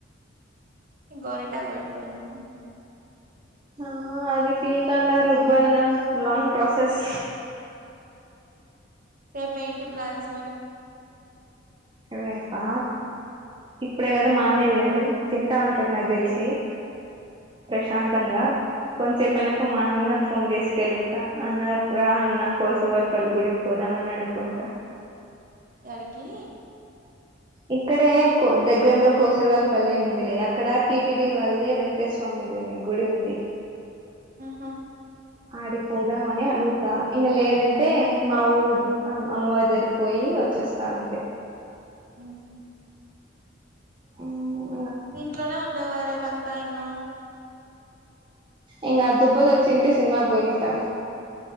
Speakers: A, on the right; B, on the right.
A: గోరింటాకు పెట్కో ఏమని
B: ఆ అది పీకాల్ల రుబ్బల్ల లాంగ్ ప్రాసెస్
A: రేపు ఏంటి ప్లాన్స్ మరి
B: రేపా? ఇప్పుడే కదా మా అన్న వెళ్నాడు తింటా ఉంటాడు నాకు తెలిసి ప్రశాంతంగా కొంచేపు ఐనంక మా అన్నకు ఫోన్ చేసి కెలుకుతా అన్నప్పు రా అన్న కోసే వాళ్పల్ గుడికి పోదా రమ్మని అడుక్కుంటా
A: యాడికి
B: ఇక్కడే కో దగ్గర్లో కోసర్ వాళ్ పల్లె అని ఉంది లే అక్కడ టీటిడి వాల్దే వెంకటేశ్వ స్వామి దిని గుడి ఉంది
A: ఆహా
B: ఆడికిపోదాం అని అడుగుతా ఇంకా లేదంటే మా ఊరు అమ్ అమ్మవారి దరికి పోయి వచ్చెస్తా అంతే.
A: ఉ
B: ఆ
A: ఇంట్లోనే ఉంటావ రేపంతా ఇంగా
B: ఇంగా దుబ్బది వచ్చింటే సినిమాకి పోయింటాం